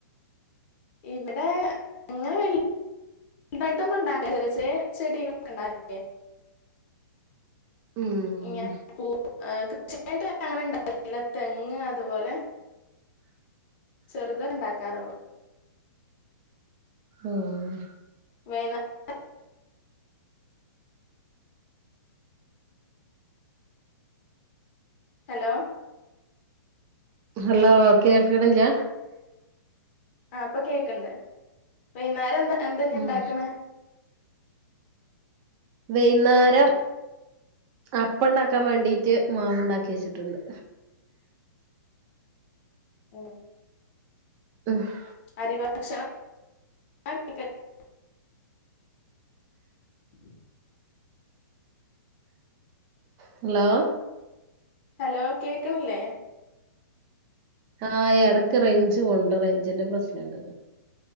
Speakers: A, on the left; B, on the right.
A: ഇവിടെ അങ്ങനെ വിലിയതായിട്ടൊന്ന ഉണ്ടാക്ക ചെറിയ ചെറിയ ചെടികളക്ക ഉണ്ടാക്ക
B: ഉം
A: ഇങ്ങന <unintelligible> <unintelligible> തെങ്ങ് അതുപോലെ ചെറുതെണ്ടാക്കാറുള്ളൂ
B: ആഹ്
A: വൈനാ <unintelligible> ഹലോ
B: ഹലോ കേൾക്കുണില്ല
A: ആ പ്പൊ കേക്ക്ണ്ട് വൈന്നേരെന്താ എന്തെഞ്ഞി
B: ഉം
A: ണ്ടാക്കണെ
B: വൈന്നേരം അപ്പണ്ടാക്കാൻ വേണ്ടിട്ട് മാവ് ഉണ്ടാക്കി വെച്ചിട്ടുണ്ട്
A: ആ
B: ഹ ഹ്
A: അരിഭക്ഷണം <unintelligible>
B: ഹലോ
A: ഹലോ കേക്കണില്ലേ
B: ആ ഇടക്ക് റെയിഞ്ച് പോണുണ്ട് റെഞ്ചിന്റെ പ്രശ്നണ്ട്